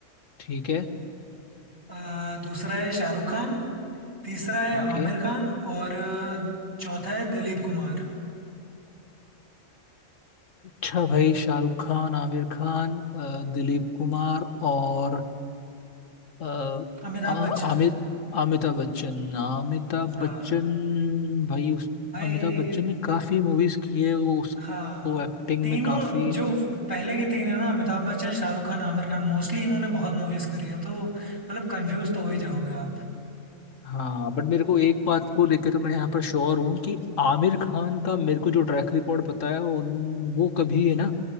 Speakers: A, on the left; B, on the right.
A: ठीक है
B: अ, दूसरा है शाहरुख खान तीसरा है
A: ओके
B: आमिर खान और अ, चौथा है दिलीप कुमार
A: अच्छा भाई शाहरुख खान आमिर खान अ, दिलीप कुमार और अ,
B: अमिताभ
A: आ-
B: बच्चन
A: आमिर अमिताभ बच्चन अमिताभ
B: हाँ
A: बच्चन भाई उस
B: भाई
A: अमिताभ बच्चन ने काफी मूवीज की है वो उसको
B: हाँ
A: एक्टिंग
B: तीनों
A: में काफी
B: जो पहले के तीन है ना अमिताभ बच्चन शाहरुख खान आमिर खान मोस्टली इन्होंने बहुत मूवीज करी हैं तो मतलब कंफ्यूज तो हो ही जाओगे आप
A: हाँ बट मेरे को एक बात को लेके तो मैं यहाँ पर श्योर हूँ कि आमिर खान का मेरे को जो ट्रैक रिकॉर्ड पता है उन वो कभी है ना